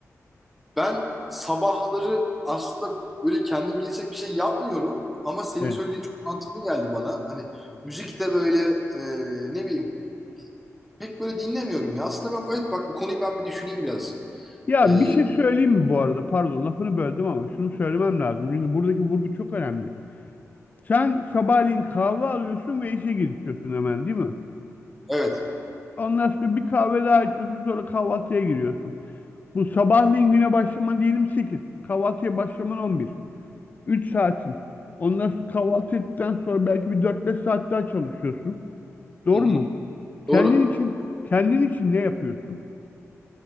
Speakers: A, in the centre; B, on the left.
A: ben sabahları aslında böyle kendim gelecek bir şey yapmıyorum. Ama senin
B: Evet.
A: söylediğin çok mantıklı geldi bana. Hani müzik de böyle e, ne bileyim pek böyle dinlemiyorum ya. Aslında ben evet bak bu konuyu ben bir düşüneyim biraz.
B: Ya
A: Ee,
B: bir şey söyleyeyim mi bu arada? Pardon lafını böldüm ama şunu söylemem lazım. Çünkü buradaki vurgu çok önemli. Sen sabahleyin kahve alıyorsun ve işe girişiyorsun hemen değil mi?
A: evet.
B: Ondan sonra bir kahve daha içiyorsun sonra kahvaltıya giriyorsun. Bu sabahleyin güne başlaman diyelim 8. Kahvaltıya başlaman 11. üç saatin. Ondan sonra kahvaltı ettikten sonra belki bir dört beş saat daha çalışıyorsun. Doğru
A: Hı hı.
B: mu? Kendin
A: Doğru.
B: için kendin için ne yapıyorsun?